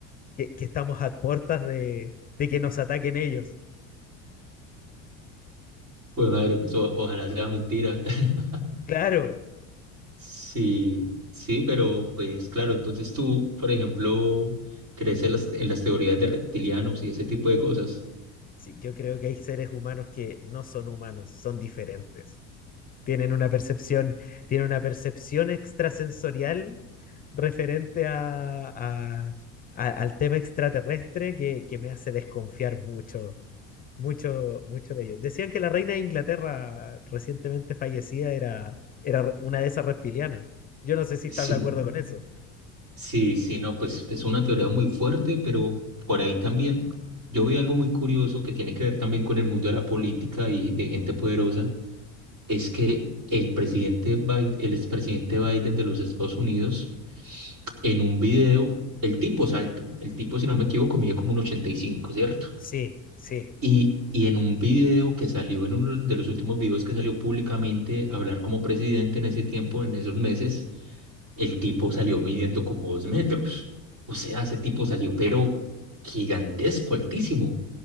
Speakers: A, on the left (about 25°); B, on the right (about 60°).
A: que, que estamos a puertas de, de que nos ataquen ellos.
B: Pues madre, pues o- ojalá sea mentira. <laughs>
A: Claro,
B: Sí, sí, pero pues claro, entonces tú, por ejemplo, crees en las, en las teorías de reptilianos y ese tipo de cosas.
A: sí, yo creo que hay seres humanos que no son humanos, son diferentes. tienen una percepción, tienen una percepción extrasensorial referente a, a- a- al tema extraterrestre que, que me hace desconfiar mucho, mucho, mucho de ellos. Decían que la reina de Inglaterra recientemente fallecida era, era re- una de esas reptilianas. Yo no sé si
B: Sí,
A: estás de acuerdo con eso.
B: Sí, sí, no, pues es una teoría muy fuerte, pero por ahí también yo vi algo muy curioso que tiene que ver también con el mundo de la política y de gente poderosa, es que el presidente Biden, el expresidente Biden de los Estados Unidos, en un video, el tipo es alto, el tipo, si no me equivoco, mide como un 85, ¿cierto?
A: Sí, sí,
B: Y, y en un video que salió, en uno de los últimos videos que salió públicamente a hablar como presidente en ese tiempo, en esos meses, el tipo salió midiendo como dos metros. O sea, ese tipo salió, pero gigantesco, altísimo.